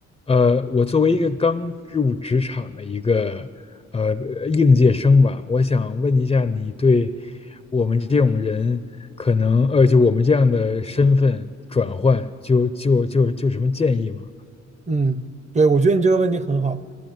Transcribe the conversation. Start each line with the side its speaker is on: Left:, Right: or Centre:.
Left: 呃，我作为一个刚入职场的一个呃应届生吧，我想问一下，你对我们这种人，可能呃，就我们这样的身份转换，就就就就有什么建议吗？
Right: 嗯，对，我觉得你这个问题很好，